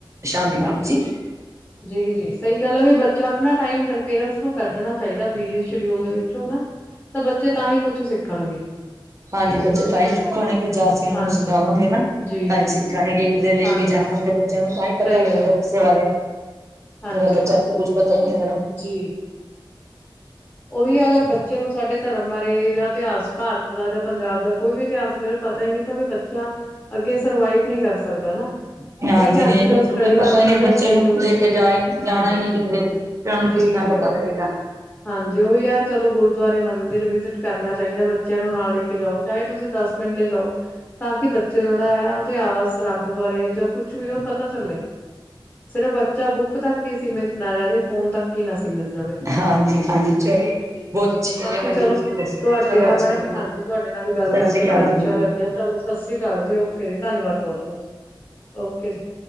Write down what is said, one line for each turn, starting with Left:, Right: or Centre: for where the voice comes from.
Right: ਸ਼ਾਮੀ ਵਾਪਸੀ
Left: ਹਾਂਜੀ ਜੀ-ਜੀ ਸਹੀ ਗੱਲ ਹੈ ਵੀ ਬੱਚਾ ਆਪਣਾ ਟਾਈਮ ਪੇਰੈਂਟਸ ਨੂੰ ਕੱਢਣਾ ਚਾਹੀਦਾ ਬਿਜੀ ਸ਼ਡਿਊਲ ਦੇ ਵਿੱਚ। ਵਿਚੋਂ ਨਾ ਤਾਂ ਬੱਚੇ ਤਾਂ ਹੀ ਕੁਛ ਸਿੱਖਣਗੇ।
Right: ਹਾਂਜੀ ਬੱਚੇ ਤਾਂ ਹੀ ਸੁੱਖਣਗੇ ਜਾਂ ਅਸੀਂ ਉਹਨਾਂ
Left: ਹਾਂਜੀ
Right: ਨੂੰ ਸਿਖਾਵਾਂਗੇ ਨਾ।
Left: ਜੀ
Right: ਤਾਂ ਹੀ
Left: ਜੀ
Right: ਸਿੱਖਣਗੇ ਜੇ ਲੈ
Left: ਹਾਂਜੀ
Right: ਕੇ ਜਾਵਾਂਗੇ
Left: ਸਹੀ
Right: ਬੱਚਿਆਂ ਨੂੰ ਤਾਂ ਹੀ ਪਤਾ ਲੱਗੇਗਾ
Left: ਗੱਲ ਹੈ
Right: ਕਿਸੇ ਬਾਰੇ।
Left: ਹਾਂਜੀ
Right: ਮੇਰਾ ਬੱਚਿਆਂ ਨੂੰ ਤੋਂ ਕੁੱਛ ਪਤਾ ਹੀ ਨਹੀਂ ਲੱਗਣਾ।
Left: ਜੀ। ਉਹੀ ਅਗਰ ਬੱਚੇ ਨੂੰ ਸਾਡੇ ਧਰਮ ਬਾਰੇ ਜਾਂ ਇਤਿਹਾਸ ਭਾਰਤ ਦਾ ਜਾਂ ਪੰਜਾਬ ਦਾ ਕੋਈ ਵੀ ਇਤਿਹਾਸ ਲੈ ਲਓ ਪਤਾ ਹੀ ਨਹੀਂ ਤ ਵੀ ਬੱਚਾ ਅੱਗੇ ਸਰਵਾਈਵ ਨੀ ਕਰ ਸਕਦਾ ਨਾ।
Right: ਹਾਂਜੀ
Left: ਠੀਕ ਹੈ
Right: ਨਹੀਂ
Left: ਅੱਜ ਦਾ
Right: ਬੱਚਿਆਂ
Left: ਸਟੱਡੀ
Right: ਨੂੰ ਤਾਂ
Left: ਦਾ
Right: ਪਤਾ
Left: ਮਟੀਰੀਅਲ
Right: ਹੀ ਨਹੀਂ ਬੱਚਿਆਂ
Left: ਚੇਂਜ
Right: ਨੂੰ
Left: ਹੋ
Right: ਲੈ
Left: ਚੁੱਕਾ
Right: ਕੇ ਜਾ ਜਾਣਾ
Left: ਹਾਂਜੀ
Right: ਹੀ ਨਹੀਂ ਕਿਧਰੇ। ਬੱਚਿਆਂ ਨੂੰ
Left: ਜੀ
Right: ਕਿਸ ਤਰ੍ਹਾਂ
Left: ਜੀ
Right: ਪਤਾ ਲੱਗੇਗਾ।
Left: ਹਾਂਜੀ ਉਹੀ ਆ ਚਲੋ ਗੁਰਦੁਆਰੇ ਮੰਦਿਰ ਵਿਜਿਟ ਕਰਨਾ ਚਾਹੀਦਾ ਬੱਚਿਆਂ ਨੂੰ ਨਾਲ ਲੈ ਕੇ ਜਾਓ ਚਾਹੇ ਤੁਸੀਂ ਦਸ ਮਿੰਟ ਲਈ ਜਾਓ ਤਾਂ ਕਿ ਬੱਚੇ ਨੂੰ ਜਿਹੜਾ ਆ ਇਤਿਹਾਸ ਰੱਬ ਬਾਰੇ ਜਾਂ ਕੁਛ ਵੀ ਉਹ ਪਤਾ ਚੱਲੇ। ਸਿਰਫ ਬੱਚਾ ਬੁੱਕ ਤੱਕ ਹੀ ਸੀਮਿਤ ਨਾ ਰਹਿ ਜੇ ਫੋਨ ਤੱਕ ਹੀ ਨਾ ਸੀਮਿਤ ਰਹੇ।
Right: ਹਾਂਜੀ। ਹਾਂਜੀ ਚਲੋ
Left: ਜੀ
Right: ਬਹੁਤ ਅੱਛਾ ਲੱਗਿਆ
Left: ਬਾਕੀ
Right: ਭੈਣ
Left: ਚਲੋ,
Right: ਜੀ ਤੁਸੀਂ ਦੱਸਿਆ
Left: ਤੁਹਾਡੇ
Right: ਚਲੋ
Left: ਨਾਲ
Right: ਅੱਛਾ
Left: ਮੈਡਮ
Right: ਜੀ ਫਿਰ
Left: ਹਾਂਜੀ ਤੁਹਾਡੇ ਨਾਲ ਵੀ ਗੱਲ
Right: ਸਤਿ
Left: ਕਰਕੇ
Right: ਸ੍ਰੀ ਅਕਾਲ
Left: ਬੜਾ ਅੱਛਾ
Right: ਜੀ
Left: ਲੱਗ ਗਿਆ ਚਲੋ ਸਤਿ ਸ੍ਰੀ ਅਕਾਲ ਜੀ ਓਕੇ ਜੀ ਧੰਨਵਾਦ ਬਹੁਤ-ਬਹੁਤ ਓਕੇ ਜੀ।